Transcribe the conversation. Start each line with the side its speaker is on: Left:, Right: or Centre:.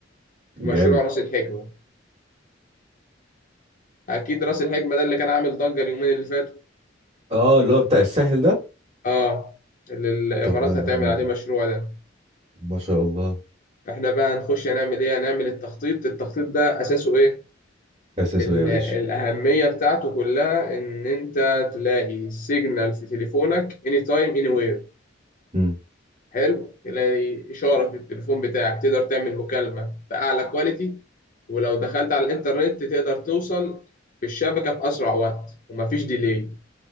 Right: جامد
Left: في مشروع رأس الحكمة أكيد رأس الحكمة ده اللي كان عامل ضجة اليومين اللي فاتوا
Right: اه اللي هو بتاع الساحل ده
Left: آه اللي الإمارات
Right: طب ده, ده
Left: هتعمل عليه مشروع ده
Right: ما شاء الله
Left: احنا بقى نخش هنعمل ايه هنعمل التخطيط التخطيط ده اساسه ايه
Right: اساسه
Left: ال-
Right: ايه يا باشا
Left: الاهميه بتاعته كلها ان انت تلاقي سيجنال في تليفونك اني تايم اني وير
Right: امم
Left: حلو تلاقي اشاره في التليفون بتاعك تقدر تعمل مكالمه باعلى كواليتي ولو دخلت على الانترنت تقدر توصل في الشبكه في اسرع وقت ومفيش ديلي